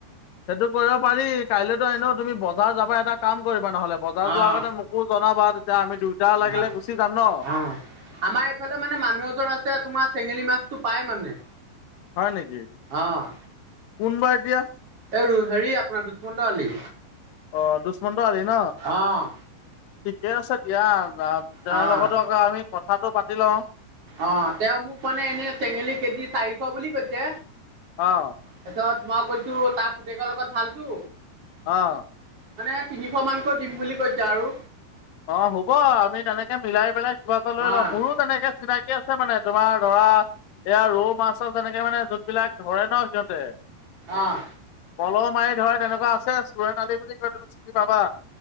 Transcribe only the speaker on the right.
অ',
অ
অ আমাৰ এইফালে মানে মানুহ এজন আছে তোমাৰ চেঙেলী মাছটো পাই মানে
অ',
অ হেৰি আপোনাৰ দুষ্মন্ত আলি।
অ',
অ',
অ তেওঁ মোক মানে এনে চেঙেলী কেজি চাৰিশ বুলি কৈছে।
তাৰপিছত মই কৈছো তাৰ পুতেকৰ লগত ভালতো।
মানে তিনিশ মানকৈ দিম বুলি। কৈছে আৰু।
অ',
অহ।